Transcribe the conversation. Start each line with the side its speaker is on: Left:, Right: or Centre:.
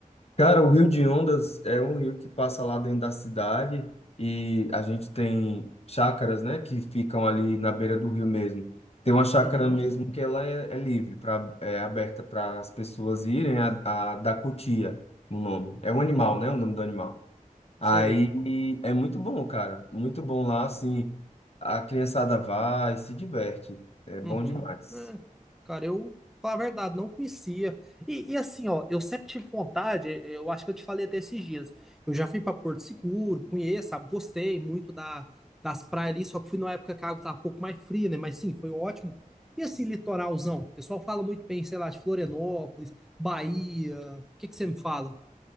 Left: Cara, o Rio de Ondas é um rio que passa lá dentro da cidade e a gente tem chácaras, né, que ficam ali na beira do rio mesmo. Tem uma chácara
Centre: Uhum,
Left: mesmo que ela é, é livre, pra, é aberta para as pessoas irem, a, a da cutia, o nome. É um
Centre: uhum,
Left: animal, né, o nome do animal. Aí
Centre: sei.
Left: é muito bom, cara, muito bom lá, assim, a criançada vai, se diverte, é bom
Centre: Uhum.
Left: demais.
Centre: É, cara, eu, falar a verdade, não conhecia. E, e assim, ó, eu sempre tive vontade, eh, eu acho que eu te falei até esses dias. Eu já fui pra Porto Seguro, conheço, sabe, gostei muito da, das praias ali, só que fui numa época que a água tava um pouco mais fria, né? Mas sim, foi ótimo. E assim, litoralzão? O pessoal fala muito bem, sei lá, de Florianópolis, Bahia. O que que você me fala?